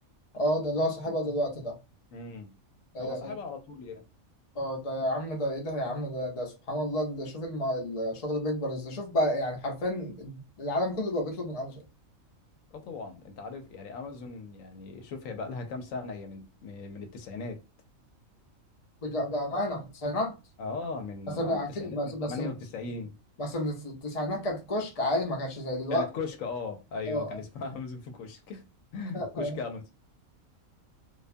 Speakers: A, on the left (about 40°); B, on the left (about 75°).
A: اه ده اللي هو صاحبها دلوقتي ده
B: امم
A: ده-
B: هو صاحبها على طول يعني
A: اه ده يا عم ده ايه ده يا عم ده ده سبحان الله ده شوف الم... الشغل بيكبر ازاي شوف بقى يعني حرفيا العالم كله بقى بيطلب من امازون
B: اه طبعا انت عارف يعني امازون يعني شوف هي بقى لها كام سنه هي من من من التسعينات
A: بج- بأمانة في التسعينات
B: اه من
A: بس
B: اه
A: أنا
B: من التسعينات
A: أكيد بس
B: من
A: بس
B: 98
A: بس من التسعينات كانت كشك عادي ما كانش زي دلوقتي
B: كانت كشك اه ايوه
A: اه
B: كان اسمها <laughs> امازون في كشك <laughs>
A: آه.
B: كشك امازون
A: <laughs>